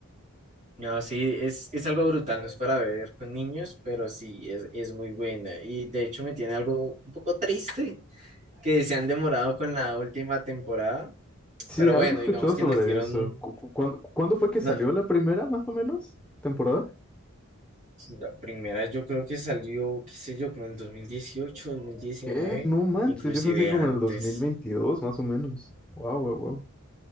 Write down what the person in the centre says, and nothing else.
Sí,
algo
he escuchado
sobre
eso. Cu- cu- ¿Cuándo, cuándo fue que
salió la primera, más o menos? ¿Temporada?
¿Qué? No manches,
yo pensé que como
en el 2022, más o menos. Wow, wow, wow.